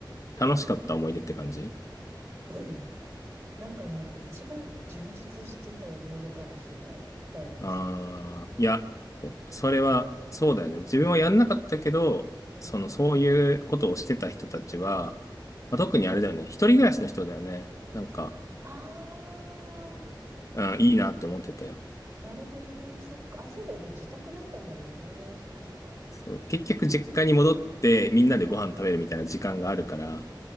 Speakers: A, on the left; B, on the right.
A: 楽しかった思い出って感じ
B: うん。なんかね、一番充実してた思い出かもしんない。大学生。
A: ああ、いや、そそれは、そうだよね。自分はやんなかったけど、
B: うん。
A: その、そういうことをしてた人たちは、まあ、特にあれだよね。一人暮らしの人だよね。なんか、
B: あー、
A: うん、いいなって思ってたよ。
B: なるほどね。そっか。あ、そうだよね。自宅だったんだもんね。そっかそっか。
A: そう結局、実家に戻って、みんなでご飯食べるみたいな時間があるから、